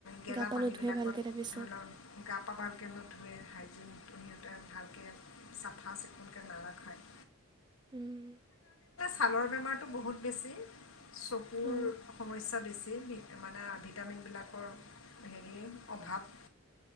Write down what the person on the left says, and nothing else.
গেলাপানী
বিলাকত
ধৰি লও গা পা ভালকে নুধুৱে হাইজিন সিহঁতে ভালকৈ চাফা চিকুণকৈ নাৰাখায়
ছালৰ বেমাৰটো বহুত বেছি চকুৰ
সমস্যা বেছি মানে ভিটামিনবিলাকৰ হেৰি অভাৱ